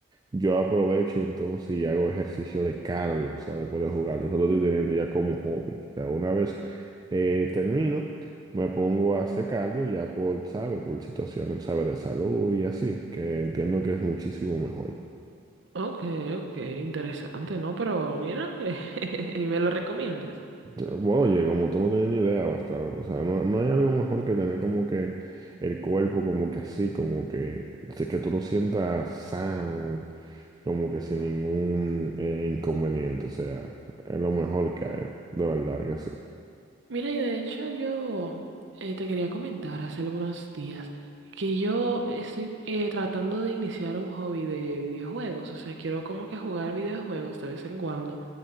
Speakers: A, on the right (about 20°); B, on the right (about 60°).
A: yo aprovecho entonces y hago ejercicio de cardio, o sea, después de jugar, eso lo estoy teniendo ya como hobby. O sea, una vez eh, termino, me pongo a hacer cardio ya por, sabe, por situaciones, sabe, de salud y así, que entiendo que es muchísimo mejor.
B: Ok, ok, interesante, ¿no? Pero mira, <laughs> ¿y me lo recomiendas?
A: Bueno, oye, como tú no tienes ni idea, bastante. O sea, no, no hay algo mejor que tener como que el cuerpo como que así, como que, sí, que tú lo sientas sano, como que sin ningún eh, inconveniente. O sea, es lo mejor que hay, de verdad que sí.
B: Mira, y de hecho yo eh, te quería comentar hace algunos días que yo estoy eh, tratando de iniciar un hobby de videojuegos, o sea, quiero como que jugar videojuegos de vez en cuando,